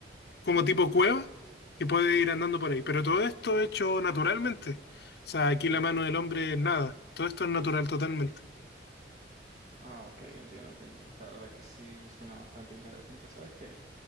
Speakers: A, on the left; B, on the right.
A: como tipo cueva, y puedes ir andando por ahí. Pero todo esto hecho naturalmente. O sea, aquí
B: Oh,
A: la mano del hombre es nada. Todo esto es natural totalmente.
B: ah, ok, entiendo, entiendo. La verdad que sí suena bastante interesante. ¿Sabes qué?